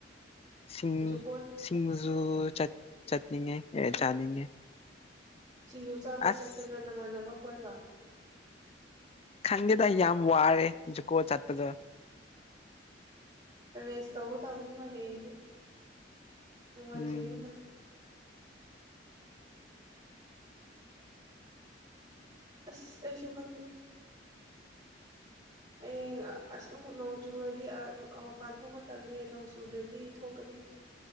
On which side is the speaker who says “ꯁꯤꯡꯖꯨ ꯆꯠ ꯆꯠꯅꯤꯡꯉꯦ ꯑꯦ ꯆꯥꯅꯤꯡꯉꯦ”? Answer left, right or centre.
Left